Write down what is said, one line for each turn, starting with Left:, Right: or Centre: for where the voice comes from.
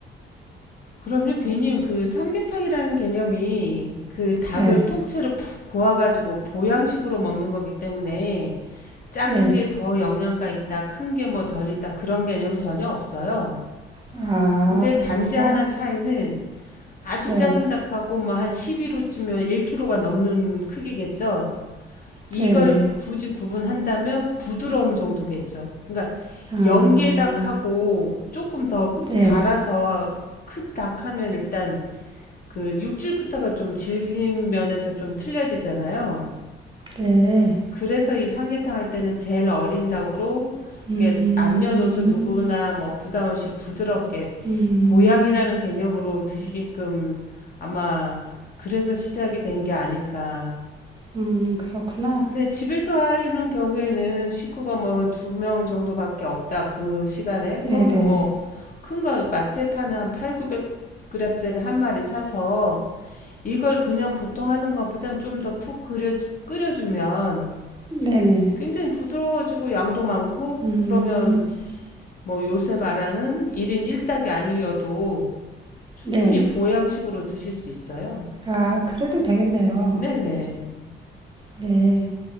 Left: 그럼요, 비님. 그 삼계탕이라는 개념이 그 닭을
Right: 네,
Left: 통째로 푹 고아가지고 보양식으로 먹는 거기 때문에 작은
Right: 네.
Left: 게 더 영양가 있다, 큰게 뭐 덜 있다 그런 개념은 전혀 없어요.
Right: 아,
Left: 근데
Right: 그렇구나.
Left: 단지 하나 차이는 아주
Right: 네,
Left: 작은 닭하고 뭐 한 11호쯤이면 1kg가 넘는 크기겠죠. 이걸
Right: 네, 네.
Left: 굳이 구분한다면 부드러움 정도겠죠. 그러니까
Right: 아,
Left: 연계닭하고 조금 더
Right: 네,
Left: 자라서 큰 닭하면 일단 그 육질부터가 좀 질긴 면에서 좀 틀려지잖아요.
Right: 네.
Left: 그래서 이 삼계탕 할 때는 제일 어린 닭으로
Right: 음,
Left: 이게 남녀노소 누구나 뭐 부담 없이 부드럽게
Right: 음,
Left: 보양이라는 개념으로 드시게끔 아마 그래서 시작이 된 게 아닐까
Right: 음, 그렇구나.
Left: 네. 집에서 하는 경우에는 식구가 뭐 한 2 명 정도밖에 없다 그 시간에.
Right: 네,
Left: 그러면
Right: 네,
Left: 뭐 큰 거 마트에 파는 한8 구백 9 0 0 그램짜리 한 마리 사서 이걸 그냥 보통 하는 것보다는 좀 더 푹 끓여, 끓여주면
Right: 네, 네.
Left: 굉장히 부드러워지고 양도 많고
Right: 음,
Left: 그러면 뭐 요새 말하는 1인 1 닭이 아니어도 충분히
Right: 네.
Left: 보양식으로 드실 수 있어요.
Right: 아, 그래도 되겠네요.
Left: 네네.
Right: 네,